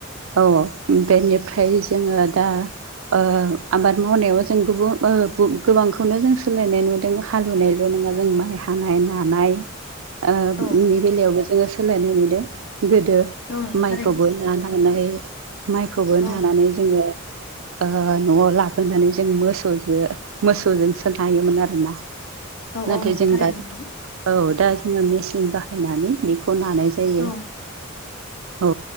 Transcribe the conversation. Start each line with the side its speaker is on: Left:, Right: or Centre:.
Right: औ औ बेनिफ्राय जोङो दा ओ आबाद मावनायाव जों गुबु ओ बु गोबांखौनो जों सोलायनाय नुदों हालेवनायल' नङा जों माइ हानाय नानाय ओ
Left: औ
Right: नि बेलायावबो जोङो सोलायनाय नुदों गोदो
Left: औ नंगौ
Right: माइखौबो
Left: थारैनो
Right: नानानै माइखौबो
Left: औ
Right: नानानै जोङो ओ न'आव लाबोनानै जों मोसौजो मोसौजोंसो नायोमोन आरोना
Left: औ
Right: नाथाय
Left: औ नंगौ
Right: जों
Left: थारैनो
Right: दा
Left: नोंथां
Right: औ दा जोङो मेसिन बाहायनानै बेखौ नानाय जायो
Left: औ
Right: औ।